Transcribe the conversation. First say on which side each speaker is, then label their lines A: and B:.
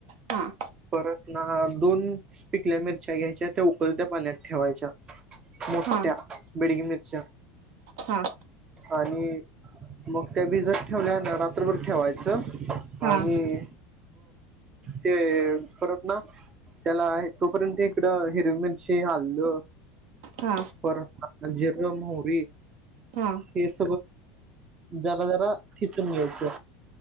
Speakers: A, on the right; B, on the right.
A: हां.
B: परत ना दोन पिकल्या मिरच्या घ्यायच्या त्या उकलत्या पाण्यात ठेवायच्या. मुठ
A: हा
B: बेडगी मिरच
A: हा
B: आणि मग त्या बी जर ठेवल्या ना रात्रभर ठेवायचं.
A: हा
B: आणि ते परत ना. त्याला तोपर्यंत इकडं हिरवी मिरची हल्ल.
A: हां.
B: पर ह जरम होरी
A: हा
B: हेस. जराा जराा किचून घचे.